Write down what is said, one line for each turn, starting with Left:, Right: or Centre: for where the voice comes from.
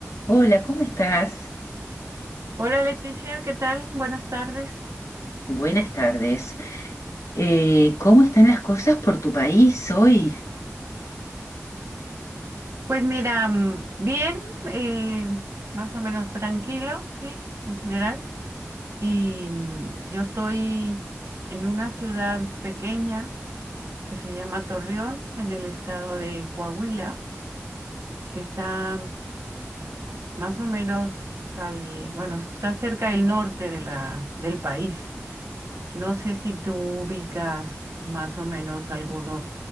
Left: Hola, ¿cómo estás?
Right: Hola Leticia, ¿qué tal? Buenas tardes.
Left: Buenas tardes. Eh, ¿cómo están las cosas por tu país hoy?
Right: Pues mira, mm, bien, eh, más o menos tranquilo, sí, en general. Y mm, yo estoy en una ciudad pequeña que se llama Torreón, en el estado de Coahuila, que está más o menos al, bueno, está cerca del norte de la, del país. No sé si tú ubicas más o menos algunos